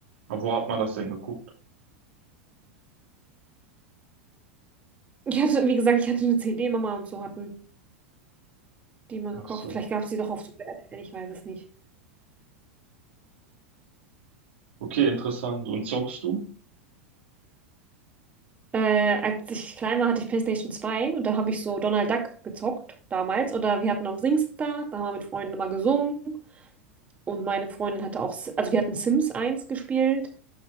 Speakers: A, on the right; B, on the right.
A: auf wo hat man das denn geguckt?
B: Ich hatte, wie gesagt, ich hatte eine CD, Mama und so hatten die mal
A: Ach
B: gekauft.
A: so.
B: Vielleicht gab es die doch auf Super RTL, ich weiß es nicht.
A: Okay, interessant. Und zockst du?
B: Äh, als ich klein war, hatte ich PlayStation zwei und da habe ich so Donald Duck gezockt damals. Oder wir hatten auch SingStar, da haben wir mit Freunden immer gesungen. Und meine Freundin hatte auch, also wir hatten Sims eins gespielt,